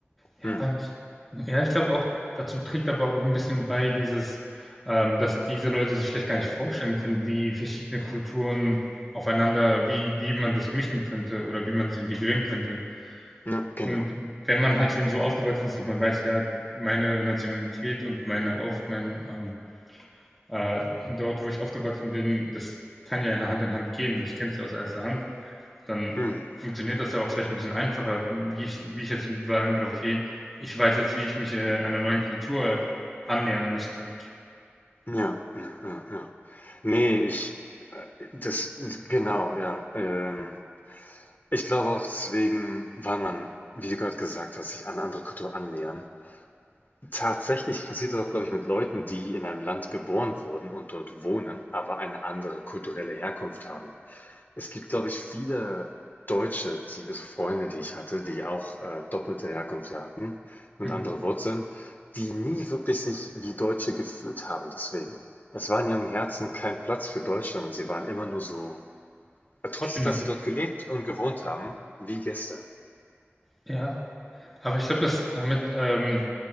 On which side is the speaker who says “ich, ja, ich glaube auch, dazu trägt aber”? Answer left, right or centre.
Centre